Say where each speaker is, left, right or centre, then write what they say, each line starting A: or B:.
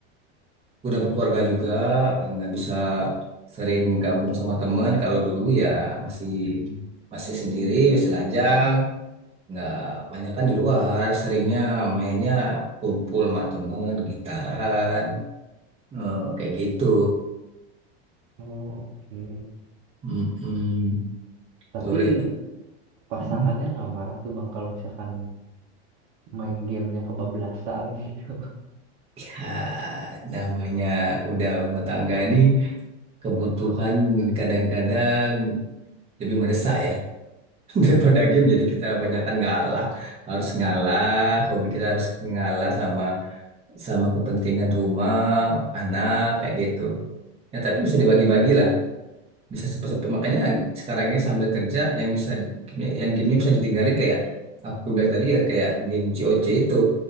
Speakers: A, on the right; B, on the right.
A: udah berkeluarga juga nggak bisa sering gabung sama temen kalau dulu ya masih masih sendiri masih lajang nggak banyak kan di luar seringnya mainnya kumpul sama temen gitaran eh, kayak gitu
B: Oh oke.
A: Mm-mm.
B: Tapi
A: Kalau deh,
B: pasangannya
A: mm,
B: nggak marah tuh bang kalau misalkan main gamenya kebablasan <laughs> gitu.
A: ya namanya udah berumah tangga ini kebutuhan kadang-kadang lebih mendesak ya daripada game jadi kita banyakkan ngalah harus ngalah hobi kita harus ngalah sama sama kepentingan rumah anak kayak gitu ya tapi bisa dibagi-bagi lah bisa seperti makanya sekarang ini sambil kerja yang bisa di- gamenya- yang gamenya bisa ditinggalin kayak aku bilang tadi ya kayak game C O C itu